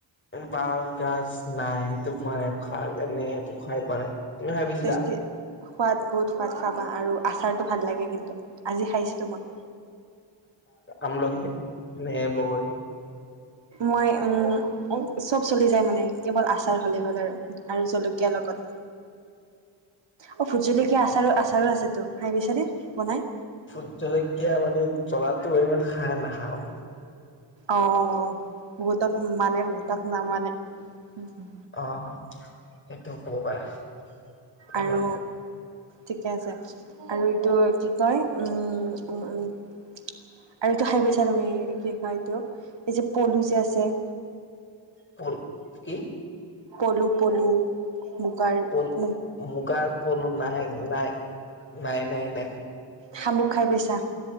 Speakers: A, on the left; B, on the right.
A: বাঁহৰ গাজ নাই সেইটো পোৱা নাই খাৰ কাৰণে এটো খাই পোৱা নাই তুমি খাই পাইছিলা,
B: টেষ্টি সোৱাদ বহুত সোৱাদ খাবা আৰু আচাৰটো ভাল লাগে কিন্তু আজি খাইছিলো মই
A: আমলখী নে বগৰি
B: মই উম চব চলি যায় মানে কেৱল আচাৰ হলেই হ'ল আৰু আৰু জলকীয়া লগত অ ভূট জলকীয়া আচাৰো আচাৰো আছেতো খাই পাইচানে নে বনাই
A: ভূট জলকীয়া মানে জ্বলাটো ইমান খাই নাখাওঁ
B: অ বহুতক মানে বহুতক নামানে উম হুম
A: অ সেইটো ক'ব পাৰা মানে
B: আৰু ঠিকে আছে আৰু এইটো কি কয় উম উ উম আৰু এইটো খাই পাইচা তুমি কি কয় এইটো এই যে পলু যে আছে
A: পল কি
B: পলু পলু মুগাৰ
A: পলু
B: মু
A: মুগাৰ পলু নাই নাই নাই নাই নাই।
B: শামুক খাই পাইছা?